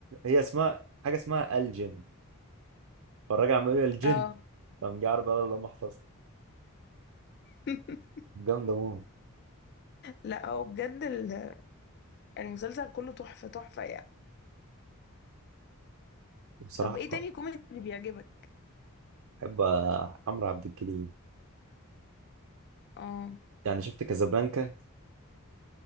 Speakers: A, on the right; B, on the left.
A: هي اسمها حاجه اسمها الجن فالراجل عمال يقول الجن
B: اه
A: فقام جاي عربي قال اللهم احفظنا
B: <laughs>
A: جامده موت
B: لا هو بجد ال- المسلسل كله تحفة تحفة يعني
A: بصراحه
B: طب ايه تاني كوميدي بيعجبك
A: بحب عمرو عبد الجليل
B: اه
A: يعني شفت كازابلانكا